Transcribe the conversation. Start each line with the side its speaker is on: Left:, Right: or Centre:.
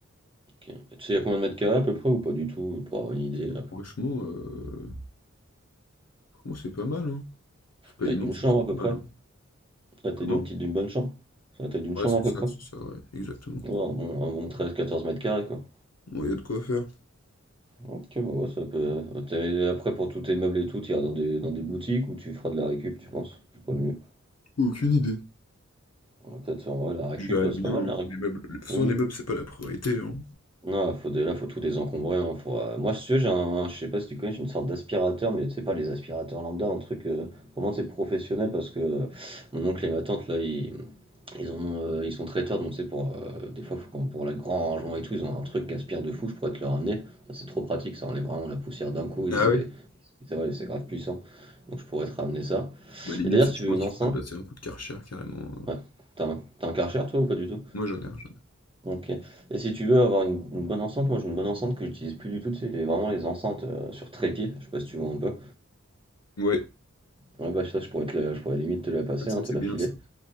Right: Ok. Et tu sais, il y a combien de mètres carrés à peu près ou pas du tout, pour avoir une idée, la
Left: Franchement, euh, franchement, c'est pas mal. Hein. C'est pas
Right: taille
Left: immense,
Right: d'une chambre
Left: mais c'est
Right: à peu
Left: pas mal.
Right: près?
Left: hein.
Right: La taille
Left: Comment?
Right: d'une petite, d'une bonne chambre? C'est La taille d'une
Left: Ouais,
Right: chambre
Left: c'est
Right: à peu
Left: ça,
Right: près? Ouais,
Left: c'est ça, ouais, exactement.
Right: un bon, un bon treize, quatorze mètres carrés, quoi.
Left: bon il y a de quoi faire.
Right: Ok, bah ouais, ça peut. t'as- Après, pour tous tes meubles et tout, tu iras dans des, dans des boutiques ou tu feras de la récup, tu penses? C'est pas le mieux.
Left: Aucune idée.
Right: Ouais, Peut-être, en vrai, la récup,
Left: Je verrais
Right: euh, c'est
Left: bien
Right: pas mal
Left: hein,
Right: la récup.
Left: pour les meubles. De toute façon,
Right: Oui.
Left: les meubles, c'est pas la priorité, hein.
Right: Non, faut de, là, faut tout désencombrer. hein, faut, euh, Moi, si tu veux, j'ai un, je sais pas si tu connais, j'ai une sorte d'aspirateur, mais c'est pas les aspirateurs lambda, un truc euh, vraiment c'est professionnel parce que euh, mon oncle et ma tante là, ils, ils ont, euh, ils sont traiteurs, donc c'est pour euh, des fois faut qu'on- pour le grand rangement et tout, ils ont un truc qui aspire de fou, je pourrais te le ramener. Ça c'est trop pratique, ça enlève vraiment la poussière d'un coup et
Left: Ah
Right: c'est,
Left: oui?
Right: c'est vrai, c'est grave puissant. Donc je pourrais te ramener ça.
Left: Bah limite,
Right: Et d'ailleurs, si
Left: je
Right: tu
Left: pense
Right: veux une
Left: qu'il
Right: enceinte,
Left: faudrait passer un coup de Karcher carrément. hein.
Right: ouais, t'as un, t'as un Karcher toi ou pas du tout?
Left: Moi j'en ai un, j'en ai.
Right: OK. Et si tu veux avoir une, une bonne enceinte, moi j'ai une bonne enceinte que j'utilise plus du tout, C'est les- vraiment les enceintes euh, sur trépied, je sais pas si tu vois un peu.
Left: un. Ouais.
Right: Ouais bah ça je pourrais te la, je pourrais limite te la passer,
Left: Ah, ça
Right: hein, te
Left: c'est
Right: la
Left: bien
Right: filer.
Left: ça.